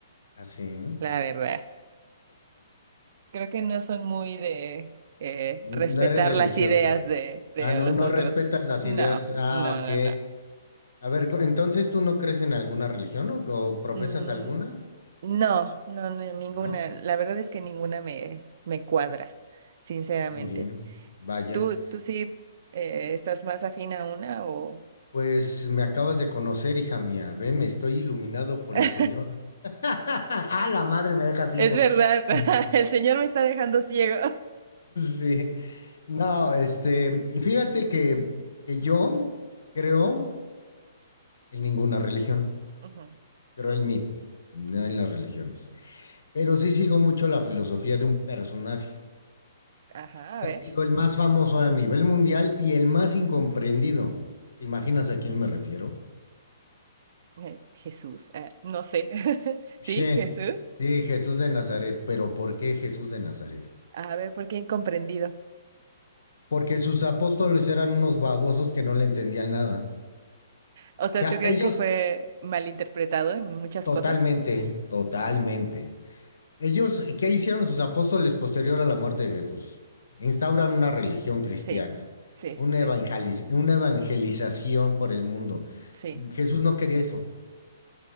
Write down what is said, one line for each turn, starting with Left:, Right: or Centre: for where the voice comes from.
Left: Así.
Right: la verdad. Creo que no son muy de eh,
Left: No
Right: respetar
Left: eres religiosa.
Right: las ideas de, de
Left: Ah, no,
Right: los
Left: no
Right: otros.
Left: respetas las
Right: No,
Left: ideas. Ah,
Right: no,
Left: ok.
Right: no, no.
Left: A ver, cu- entonces tú no crees en alguna religión o, o profesas
Right: Mm,
Left: alguna,
Right: no, no, no, ninguna.
Left: ¿no?
Right: La verdad es que ninguna me, me cuadra, sinceramente.
Left: Muy bien, vaya.
Right: ¿Tú, tú sí eh, estás más afín a una o...?
Left: Pues me acabas de conocer, hija mía. Ve, me estoy iluminado
Right: <laughs>
Left: por
Right: Es
Left: el Señor. <laughs> Ah, la madre me deja ciego.
Right: verdad,
Left: <laughs>
Right: <laughs> el Señor me está dejando ciego.
Left: Sí. No, este, fíjate que, que yo creo en ninguna religión.
Right: <laughs> Ujú.
Left: Creo en mí, no en las religiones. Pero sí sigo mucho la filosofía de un personaje
Right: Ajá,
Left: que
Right: a ver.
Left: ha sido el más famoso a nivel mundial y el más incomprendido. ¿Te imaginas a quién me refiero?
Right: Eh, Jesús, eh, no sé. <laughs> ¿Sí,
Left: Che,
Right: Jesús?
Left: sí, Jesús de Nazaret. ¿Pero por qué Jesús de Nazaret?
Right: A ver, ¿por qué incomprendido?
Left: Porque sus apóstoles eran unos babosos que no le entendían nada.
Right: O sea,
Left: O sea,
Right: ¿tú crees
Left: ellos
Right: que fue malinterpretado en muchas
Left: totalmente,
Right: cosas?
Left: totalmente
Right: Mm,
Left: Ellos, ¿qué hicieron sus apóstoles posterior a la muerte de Jesús? Instauran una religión cristiana,
Right: sí, sí,
Left: una
Right: sí, sí,
Left: evangeliz- una evangelización por el mundo.
Right: sí.
Left: Mm, Jesús no quería eso.